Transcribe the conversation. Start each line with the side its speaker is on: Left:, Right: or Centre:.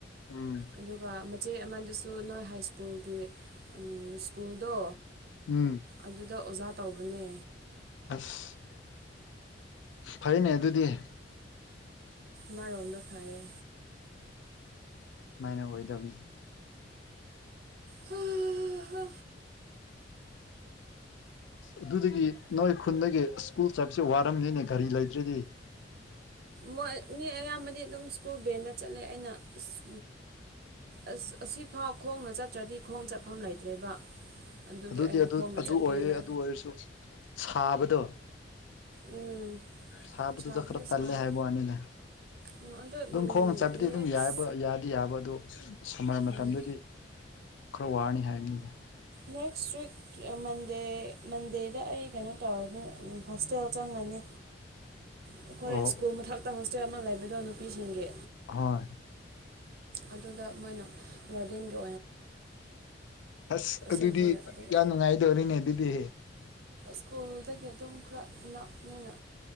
Left: ꯎꯝ
Right: ꯑꯗꯨꯒ ꯃꯆꯦ ꯑꯃꯗꯨꯁꯨ ꯅꯣꯏ ꯍꯥꯏ ꯁ꯭ꯀꯨꯜꯒꯤ ꯁ꯭ꯀꯨꯜꯗꯣ
Left: ꯎꯝ
Right: ꯑꯗꯨꯗ ꯑꯣꯖꯥ ꯇꯧꯕꯅꯦ
Left: ꯑꯁ ꯐꯩꯅꯦ ꯑꯗꯨꯗꯤ
Right: ꯃꯥꯔꯣꯝꯗ ꯐꯩꯌꯦ
Left: ꯁꯨꯃꯥꯏꯅ ꯑꯣꯏꯗꯕꯅꯤ
Right: ꯍ ꯍꯥ
Left: ꯑꯗꯨꯗꯒꯤ ꯅꯣꯏ ꯈꯨꯟꯗꯒꯤ ꯁ꯭ꯀꯨꯜ ꯆꯠꯄꯁꯦ ꯋꯥꯔꯝꯅꯤꯅꯦ ꯒꯥꯔꯤ ꯂꯩꯇ꯭ꯔꯦꯗꯤ
Right: ꯃꯣꯏ ꯃꯤ ꯑꯌꯥꯝꯕꯗꯤ ꯑꯗꯨꯝ ꯁ꯭ꯀꯨꯜ ꯕꯦꯟꯗ ꯆꯠꯂꯦ ꯑꯩꯅ ꯑꯁ ꯑꯁ ꯑꯁꯤꯐꯥꯎ ꯈꯣꯡꯅ ꯆꯠꯇ꯭ꯔꯗꯤ ꯈꯣꯡ ꯆꯠ ꯃꯐꯝ ꯂꯩꯇ꯭ꯔꯦꯕ ꯑꯗꯨꯒꯤ
Left: ꯑꯗꯨꯗꯤ
Right: ꯑꯩꯅ
Left: ꯑꯗꯨ
Right: ꯈꯣꯡꯅ
Left: ꯑꯗꯨ
Right: ꯆꯠꯀꯦꯅ
Left: <unintelligible> ꯁꯥꯕꯗꯣ
Right: ꯎꯝ
Left: ꯁꯥꯕꯗꯨꯗ
Right: ꯁꯥꯕꯨꯗꯤ
Left: ꯈꯔ ꯇꯜꯂꯦ
Right: ꯁꯥꯏ
Left: ꯍꯥꯏꯕ ꯋꯥꯅꯤꯅꯦ
Right: ꯎꯝ ꯑꯗꯣ
Left: ꯑꯗꯨꯝ ꯈꯣꯡꯅ ꯆꯠꯄꯗꯤ ꯑꯗꯨꯝ
Right: ꯅꯦꯛꯁ
Left: ꯌꯥꯏꯌꯦꯕ ꯌꯥꯗꯤ ꯌꯥꯕ ꯑꯗꯣ ꯁꯝꯃꯔ
Right: ꯎꯝ
Left: ꯃꯇꯝꯗꯗꯤ ꯈꯔ ꯋꯥꯔꯅꯤ ꯍꯥꯏꯕꯅꯤꯅ
Right: ꯅꯦꯛꯁ ꯋꯤꯛ ꯃꯟꯗꯦ ꯃꯟꯗꯦꯗ ꯑꯩ ꯀꯩꯅꯣ ꯎꯝ ꯍꯣꯁꯇꯦꯜ ꯆꯪꯉꯅꯤ ꯑꯩꯈꯣꯏ
Left: ꯑꯣ
Right: ꯁ꯭ꯀꯨꯜ ꯃꯊꯛ ꯍꯣꯁꯇꯦꯜ ꯑꯃ ꯂꯩꯕꯗꯣ ꯅꯨꯄꯤꯁꯤꯡꯒꯤ
Left: ꯍꯣꯏ
Right: ꯑꯗꯨꯗ ꯃꯣꯏꯅ ꯋꯥꯔꯗꯦꯡꯒ
Left: ꯑꯁ
Right: ꯑꯁꯤꯗꯅ
Left: ꯑꯗꯨꯗꯤ
Right: ꯑꯗꯨꯝ
Left: ꯌꯥꯝ ꯅꯨꯡꯉꯥꯏꯗꯧꯔꯤꯅꯦ ꯑꯗꯨꯗꯤ
Right: ꯁ꯭ꯀꯨꯜꯗꯒꯤ ꯑꯗꯨꯝ ꯈꯔ ꯅꯛꯄꯅꯤꯅ